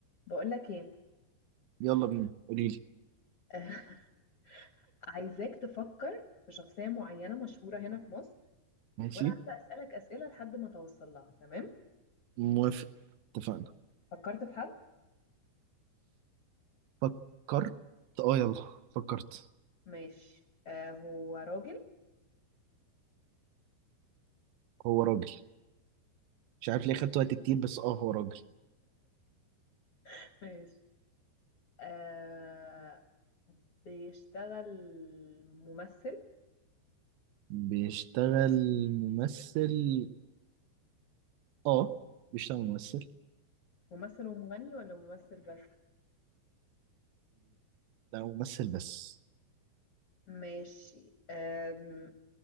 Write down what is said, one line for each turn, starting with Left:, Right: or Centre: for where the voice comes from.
Left: بقول لك ايه
Right: يلا بينا قولي لي
Left: <laughs> عايزاك تفكر في شخصية معينة مشهورة هنا في مصر
Right: ماشي
Left: وانا هبدأ اسألك اسئلة لحد ما توصل لها تمام
Right: موافق اتفقنا
Left: فكرت في حد
Right: فكرت اه يلا فكرت
Left: ماشي آه هو راجل
Right: هو راجل مش عارف ليه خدت وقت كتير بس اه هو راجل
Left: <laughs> ماشي آه بيشتغل ممثل
Right: بيشتغل ممثل اه بيشتغل ممثل
Left: ممثل ومغني ولا ممثل بس
Right: لا ممثل بس
Left: ماشي آم،